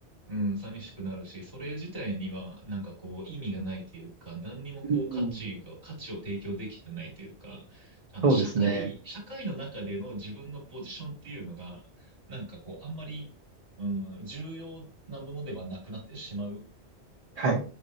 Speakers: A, on the right (about 70°); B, on the right (about 40°).
A: うん、寂しくなるし、それ自体には、なんかこう、意味がないというか、何にもこう、
B: うん。
A: 価値が、価値を提供できてないというか、あの、
B: そうですね。
A: 社会、社会の中での自分のポジションっていうのが、なんかこう、あんまり、うん、重要なものではなくなってしまう。
B: はい。